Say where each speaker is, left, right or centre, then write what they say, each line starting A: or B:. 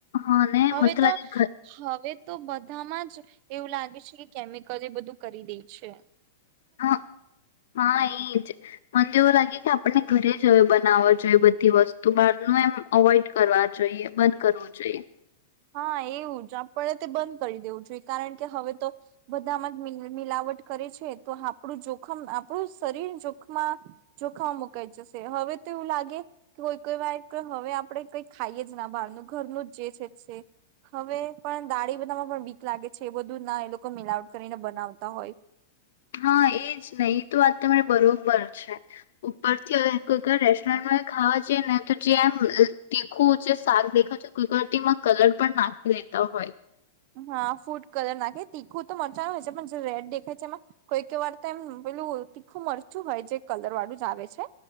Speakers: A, on the left; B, on the right.
A: હા ને
B: હવે
A: મને
B: તો
A: લાગે ઘરથી
B: હવે તો બધામાં જ એવું લાગે છે. કેમિકલ એ બધું કરી દે છે.
A: હા હા એ જ મને તો એવું લાગે કે આપને ઘરે જ બનાવો જોઈએ બ ધી વસ્તુ બાર નુ એમ અવોઈડ કરવા જોઈએ બંધ કરવું જોઈએ
B: હા એવું જ આપણે તે બંધ કરી દેવું જોઈએ કારણ કે હવે તો બધામાં જ મિ મિલાવટ કરે છે તો આપણું જોખમ આપણું શરીર જોખમાં જોખમ મુકાઈ જશે હવે તો એવું લાગે કે કોઈ કોઈ વાર હવે આપણે કઈ ખાઈએ જ ના બહારનું ઘરનું જ જે છે. છે હવે પણ દાળી બનાવા પણ બીક લાગે છે એ બધું ના એ લોકો મિલાવટ કરી ને બનાવતા હોય
A: હા એજ ને ઈ તો વાત તમારી બરોબર છે ઉપર થી અવે કોઈ કોઈક રેસ્ટોરન્ટમાં ખાવા જઈએ ને તો જેમ તીખું જે શાક દેખાતતું છે કોઈ કોઈ વાર તેમાં કલર પણ નાખી દેતા હોય
B: હા ફૂડ કલર નાખે તીખું તો મરચા હોય છે પણ જે રેડ દેખાય છે એમાં કોઈ કોઈ વાર તો એમ પેલું તીખું મરચું હોય જે કલર વાળું જ આવે છે